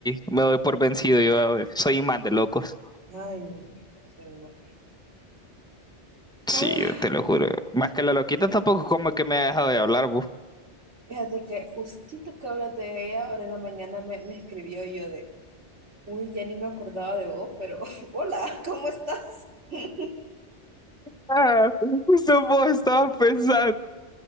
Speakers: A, in the centre; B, on the right.
A: me doy por vencido, yo soy imán de locos.
B: Ay, no se me imagino.
A: Sí,
B: Ah,
A: yo te lo juro. Más que la loquita tampoco como que me ha dejado de hablar, vos.
B: fíjate que justito que hablas de ella, ahora en la mañana me, me escribió y yo de, uy, ya ni me acordaba de vos, pero <laughs> hola, ¿cómo estás? <laughs>
A: Ah, justo <laughs> vos estabas pensando.